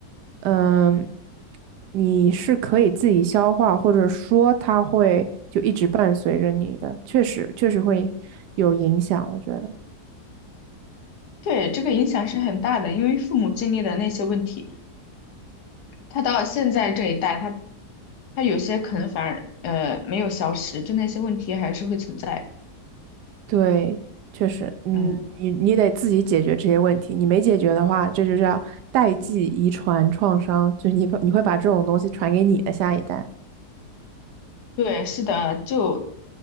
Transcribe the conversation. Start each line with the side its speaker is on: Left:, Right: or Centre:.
Right: 嗯，你是可以自己消化，或者说它会就一直伴随着你的，确实确实会有影响，我觉得。
Left: 对，这个影响是很大的，因为父母经历的那些问题，他到现在这一代，他他有些可能反而呃没有消失，就那些问题还是会存在的。
Right: 对，确实，嗯，
Left: 嗯，
Right: 你你得自己解决这些问题，你没解决的话，这就叫代际遗传创伤，就你把你会把这种东西传给你的下一代，
Left: 对，是的，就